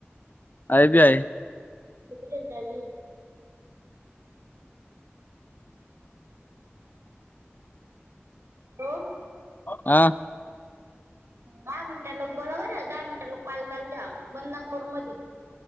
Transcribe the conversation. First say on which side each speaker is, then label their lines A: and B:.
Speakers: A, on the left; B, on the right.
A: आई बी आहे.
B: <inaudible> हॅलो.
A: हा.
B: दहा मिनिटा लोक बरोबर आहे दहा मिनिटाल कॉल चालू ठेवा बंद नका करू मधीच.